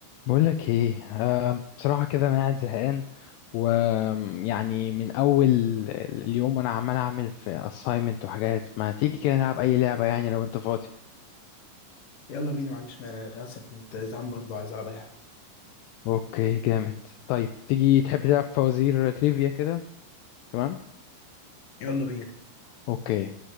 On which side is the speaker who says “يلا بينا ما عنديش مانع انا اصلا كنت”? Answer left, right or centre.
Left